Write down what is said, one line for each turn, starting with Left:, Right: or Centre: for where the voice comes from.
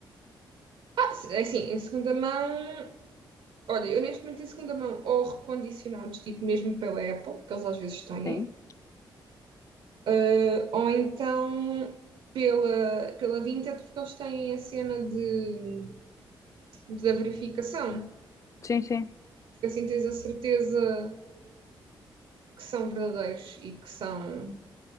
Right: Ah, se- é assim, em segunda mão, olha, eu neste momento em segunda mão, ou recondicionados, tipo mesmo pela Apple, que eles às vezes têm,
Left: Sim,
Right: eh, ou então pela, pela Vinted, porque eles têm a cena de, da verificação,
Left: sim, sim.
Right: porque assim tens a certeza que são verdadeiros e que são